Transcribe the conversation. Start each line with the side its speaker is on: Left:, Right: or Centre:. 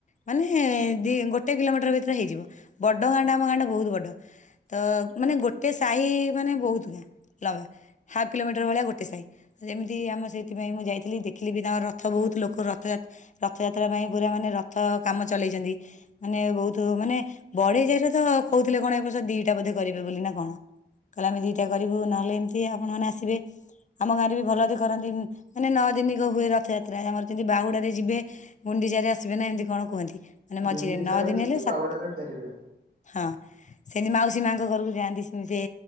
Left: ମାନେ ଦି ଗୋଟେ କିଲୋମିଟର ଭିତେରେ ହେଇଯିବ। ବଡ ଗାଁଟା ଆମ ଗାଁଟା ବହୁତ ବଡ। ତ ମାନେ ଗୋଟେ ସାହି ମାନେ ବହୁତ ଗାଁ ଲମ୍ବା। ହାପ୍ କିଲୋମିଟର ଭଳିଆ ଗୋଟେ ସାହି। ଯେମିତି ଆମ ସେଇଥିପାଇଁ ମୁଁ ଯାଇଥିଲି। ଦେଖିଲି ବି ତାଙ୍କର ରଥ ବହୁତ ଲୋକ ରଥଯାତ୍ ରଥଯାତ୍ରା ପାଇଁ ପୁରା ମାନେ ରଥ କାମ ଚଲେଇଛନ୍ତି। ମାନେ ବହୁତ ମାନେ ବଢେଇ ସାହିରେ ତ କହୁଥିଲେ କଣ ଏ ବର୍ଷ ଦିଟା ବୋଧେ କରିବେ ବୋଲି ନା କଣ। କହିଲେ ଆମେ ଦିଟା କରିବୁ। ନହେଲେ ଏମିତି ଆପଣମାନେ ଆସିବେ। ଆମ ଗାଁରେ ବି ଭଲକି କରନ୍ତି। ମାନେ ନଅ ଦିନିକ ହୁଏ ରଥଯାତ୍ରା। ଆମର ଯେମିତି ବାହୁଡାରେ ଯିବେ ଗୁଣ୍ଡିଚାରେ ଆସିବେ ନା ଏମତି କଣ କୁହନ୍ତି। ମାନେ ମଝିରେ
Right: ଗୁଣ୍ଡିଚାରେ
Left: ନଅ ଦିନି
Right: ଯିବେ
Left: ହେଲେ ସାତ୍
Right: ବାହୁଡାରେ ଫେରିବେ
Left: ହଁ ସେମିତି ମାଉସୀ ମାଆଙ୍କ ଘରୁକୁ ଯାଆନ୍ତି ସେମିତି।